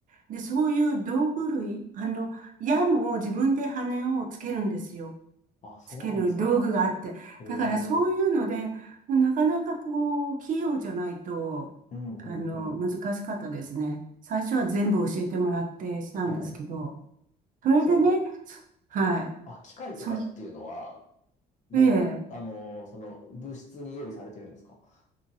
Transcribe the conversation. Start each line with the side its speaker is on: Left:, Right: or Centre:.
Right: で、そういう道具類、あの、矢も自分で羽をつけるんですよ。
Left: あ、そうなんですか。
Right: つける道具があって。
Left: へえ。うん、
Right: だからそういうので、もうなかなかこう、器用じゃないと、
Left: うん、
Right: あの、
Left: うん。
Right: 難しかったですね。最初は全部教えてもらってしたんですけど、
Left: はい。
Right: それでね、
Left: その、
Right: そはい。
Left: あ、機械とかっていうのは、
Right: そ、
Left: もう、
Right: ええ、
Left: あのーその、物質に用意されてるんですか